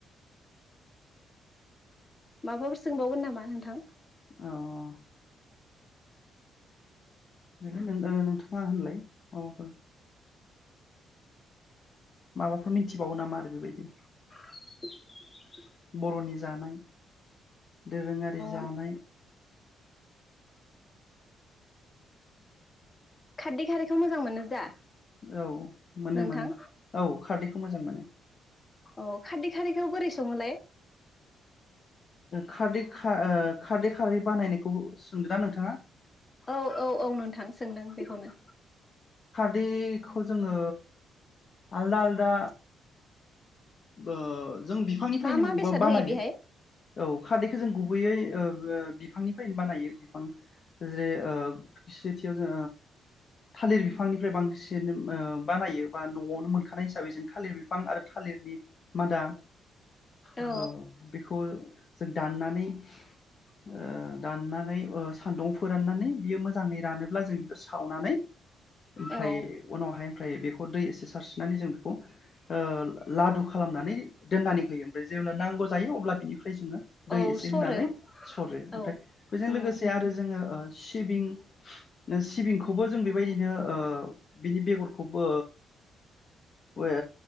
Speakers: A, on the left; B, on the left.
A: माबाफोर सोंबावगोन नामा नोंथां
B: औ औ देलाय नों नोंथा होनलाय माबाफोर माबाफोर मिथिबावो नामा आरो बेबायदि
A: <inaudible>
B: बर'नि जानाय दोरोङारि जानाय
A: औ खारदै खारैखौ मोजां मोनो दा
B: औ मोनो
A: नोंथां
B: मोनो औ खारदैखौ मोजां मोनो
A: अ खारदै खारदैखौ बोरै सङोलाय
B: खारदै खारै ओ खारदै खा खारै बानायनायखौ सोंदोदा नोंथाङा
A: औ औ औ नोंथां सोंदों बेखौनो
B: बेखौ जोङो आलदा आलदा ओ जों बिफांनिफ्रायनो
A: मा मा बेसाद
B: बानायो
A: होयो बेहाय
B: औ खारदैखौ जों गुबैयै ओ बिफांनिफ्रायनो बानायो बिफां जे ओ सेथियाव जो थालिर बिफांनिफ्राय बांसिन बानायो बा न'आवनो मोनखानाय हिसाबै जों थालिर बिफां आरो थालिरनि मादा
A: औ
B: औ जों दाननानै ओ दाननानै ओ सान्दुं फोराननानै बियो मोजाङै रानोब्ला जों बेखौ सावनानै ओमफ्राय
A: औ
B: उनावहाय ओमफ्राय बेखौ दै एसे सारस्रिनानै जों बेखौ ओ लादु खालामनानै दोननानै होयो ओमफ्राय जेब्ला नांगौ जायो अब्ला ओमफ्राय जोङो दै
A: औ
B: एसे
A: सरो
B: होनानै सरो
A: औ
B: ओमफ्राय बेजों
A: उम
B: लोगोसे आरो जोङो सिबिं सिबिंखौबो जों बेबायदिनो ओ बिनि बेगरखौबो ओ